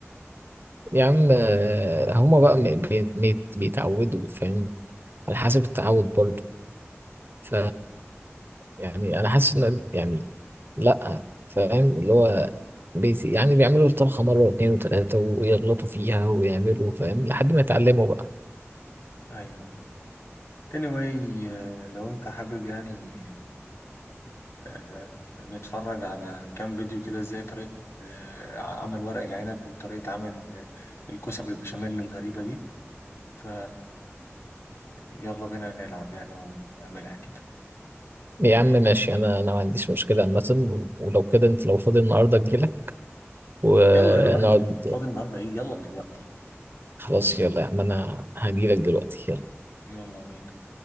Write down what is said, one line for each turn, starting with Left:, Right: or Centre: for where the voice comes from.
Right: يا عم آه، هما بقى م- بي- بي- بيتعودوا فاهم على حسب التعود برضه
Left: مم.
Right: ف يعني انا حاسس ان يعني لا فاهم اللي هو بيت يعني بيعملوا الطبخه مره واثنين وثلاثه ويغلطوا فيها ويعملوا فاهم لحد ما يتعلموا بقى
Left: ايوه anyway آه، لو انت حابب يعني آه، بنتفرج على كام فيديو كده ازاي طريقة آه، عمل ورق العنب وطريقة عمل آه، الكوسة بالبشاميل الغريبة دي ف يلا بينا نلعب يعني ونعملها كده
Right: يا عم ماشي انا انا ما عنديش مشكله عامه و- ولو كده انت لو فاضي النهارده اجيلك ونقعد
Left: يلا دلوقتي فاضي النهاردة ايه يلا دلوقتي
Right: خلاص يلا يا عم انا هجيلك دلوقتي يلا
Left: يلا بينا